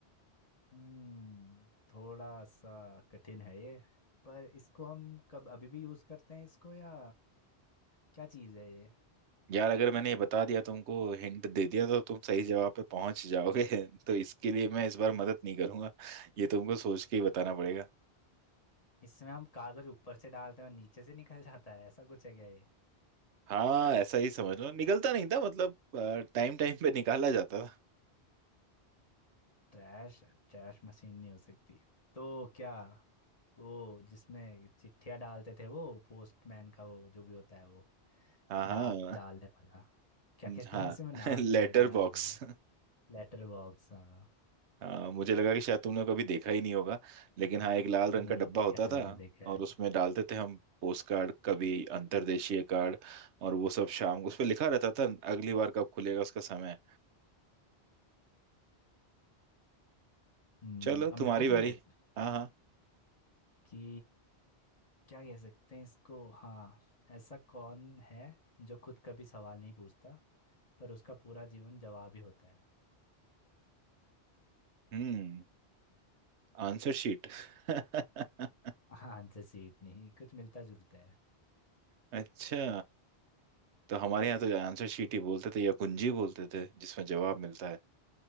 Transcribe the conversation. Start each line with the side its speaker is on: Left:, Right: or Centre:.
Left: हम्म थोड़ा सा कठिन है ये पर इसको हम कब अभी भी यूज करते हैं इसको या क्या चीज है ये
Right: यार अगर मैंने ये बता दिया तुमको हिंट दे दिया तो तुम सही जवाब पे पहुंच जाओगे <laughs> तो इसके लिए मैं इस बार मदद नहीं करूंगा ये तुमको सोच के ही बताना पड़ेगा
Left: इसमें हम कागज ऊपर से डालते हैं और नीचे से निकल जाता है ऐसा कुछ है क्या ये
Right: हाँ ऐसा ही समझ लो निकलता नहीं था मतलब टाइम टाइम पे निकाला जाता था
Left: ट्रैश ट्रैश मशीन नहीं हो सकती है तो क्या वो जिसमें चिट्ठियां डालते थे वो पोस्टमैन का वो जो भी होता है वो
Right: हाँ हाँ
Left: डाक डालने वाला क्या कहते
Right: हाँ
Left: हैं उसे मैं नाम
Right: <laughs> Letter
Left: याद नहीं आ
Right: box
Left: रहा मुझे लेटर बॉक्स हाँ
Right: हाँ मुझे लगा कि शायद तुमने कभी देखा ही नहीं होगा लेकिन हाँ एक लाल रंग
Left: नहीं
Right: का
Left: नहीं
Right: डब्बा
Left: देखा
Right: होता
Left: है
Right: था
Left: मैंने देखा
Right: और
Left: है
Right: उसमें डालते थे हम पोस्ट कार्ड कभी अंतर्देशीय कार्ड और वो सब शाम को उस पर लिखा रहता था अगली बार कब खुलेगा उसका समय
Left: हम्म
Right: चलो
Left: अब
Right: तुम्हारी
Left: मैं पूछूं
Right: बारी
Left: फिर
Right: हाँ हाँ
Left: कि क्या कह सकते हैं इसको हाँ ऐसा कौन है जो खुद कभी सवाल नहीं पूछता पर उसका पूरा जीवन जवाब ही होता है
Right: हम्म आंसर शीट <laughs>
Left: हाँ आंसर सीट नहीं कुछ मिलता जुलता है
Right: अच्छा तो हमारे यहाँ तो आंसर शीट ही बोलते थे या कुंजी बोलते थे जिसमें जवाब मिलता है